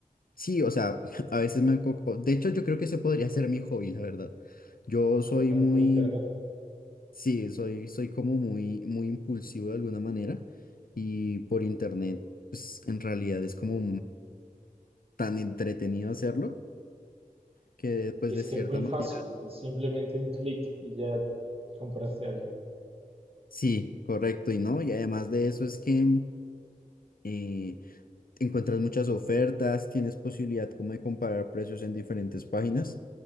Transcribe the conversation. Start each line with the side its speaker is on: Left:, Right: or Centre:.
Left: Sí, o sea, <laughs> a veces me han... co- o- De hecho, yo creo que ese podría ser mi hobby, la verdad. Yo soy
Right: Comprar
Left: muy...
Right: por internet.
Left: Sí, soy, soy como muy, muy impulsivo de alguna manera y por internet, pues en realidad es como tan entretenido hacerlo que pues
Right: Y es
Left: de cierta
Right: que es muy
Left: manera
Right: fácil, es simplemente un clic y ya compraste algo.
Left: sí, correcto y no, y además de eso es que eh, encuentras muchas ofertas, tienes posibilidad como de comparar precios en diferentes páginas.